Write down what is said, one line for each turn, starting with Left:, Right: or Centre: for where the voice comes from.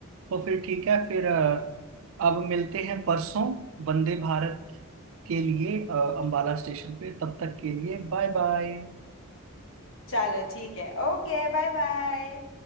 Right: तो फिर ठीक है फिर अ, अब मिलते हैं परसों वंदे भारत के लिए अ, अंबाला स्टेशन पे तब तक के लिए बाय बाय
Left: चलो ठीक है ओके बाय बाय